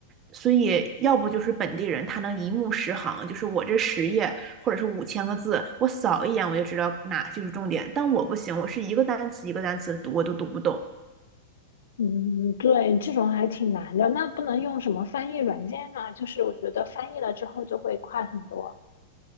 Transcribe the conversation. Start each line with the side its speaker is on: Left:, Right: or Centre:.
Right: 所以要不就是本地人他能一目十行，就是我这十页或者是五千个字，我扫一眼我就知道哪就是重点，但我不行，我是一个单词一个单词地读我都读不懂。
Left: 嗯，对，这种还挺难的。那不能用什么翻译软件吗？就是我觉得翻译了之后就会快很多。